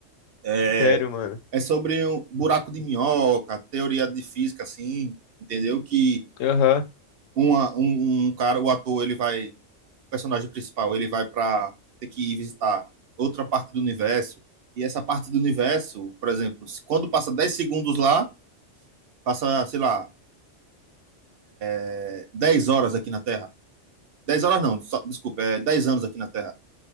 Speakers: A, on the right; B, on the left.
A: É,
B: <laughs> Sério, mano.
A: é sobre um buraco de minhoca, teoria de física, assim, entendeu? Que
B: Aham.
A: uma, um, um cara, o ator, ele vai personagem principal ele vai para ter que ir visitar outra parte do universo, e essa parte do universo, por exemplo, quando passa 10 segundos lá, passa, sei lá, é, 10 horas aqui na Terra. dez horas não, só, desculpa, é 10 anos aqui na Terra.